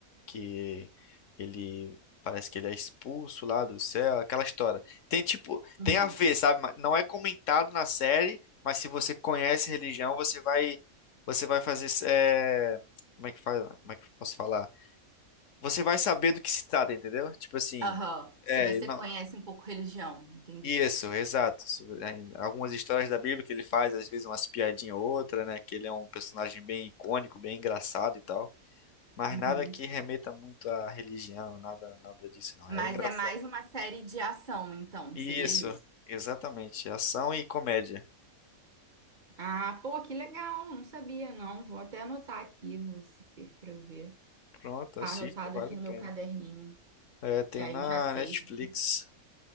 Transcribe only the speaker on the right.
Uhum.
Aham.
Se você
conhece um pouco religião, entendi.
Uhum.
Mas
é mais uma série de ação, então,
seria isso.
Ah, pô, que legal. Não sabia, não. Vou até anotar aqui, Lucifer, para eu ver.
Tá
anotado
aqui
no meu
caderninho,
Que aí
eu já sei.